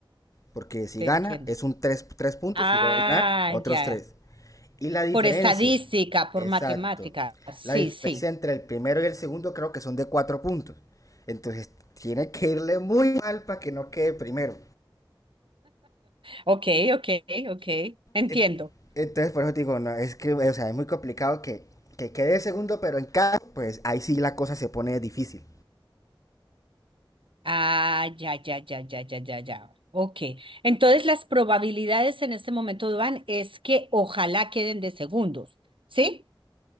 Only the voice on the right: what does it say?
Te
entiendo.
Ah,
ya.
Por estadística, por
matemática. Sí,
sí.
Ok, ok, ok. Entiendo.
Ah, ya, ya, ya, ya, ya, ya, ya. Ok. Entonces las probabilidades en este momento, Duan, es que ojalá queden de segundos, ¿sí?